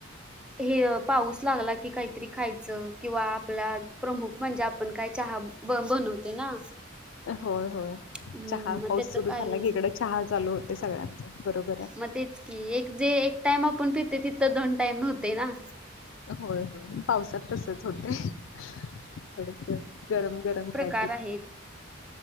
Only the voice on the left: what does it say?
होय होय
चहा
पाऊस
सुरू
झाला की इकडे चहा चालू होतोय सगळ्यांचा बरोबर आहे.
होय होय पावसात तसचं होतंय थोडसं गरम गरम काय?